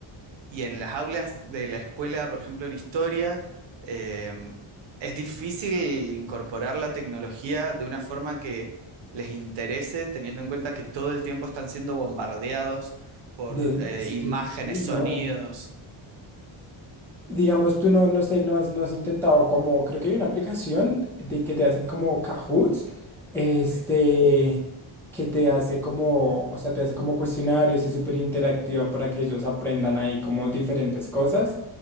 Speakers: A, on the right; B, in the centre.
A: Y en las aulas de la escuela, por ejemplo, en historia, eh, es difícil incorporar la tecnología de una forma que les interese, teniendo en cuenta que todo el tiempo están siendo bombardeados por
B: De,
A: eh,
B: es
A: imágenes,
B: que sí,
A: sonidos.
B: no. Digamos, tú no, no sé, no has, no has intentado como, creo que hay una aplicación de que te hacen como Cahoots, este,
A: Sí,
B: que te hace como, o sea, te hace como cuestionarios, es súper interactiva para que ellos aprendan ahí como diferentes cosas.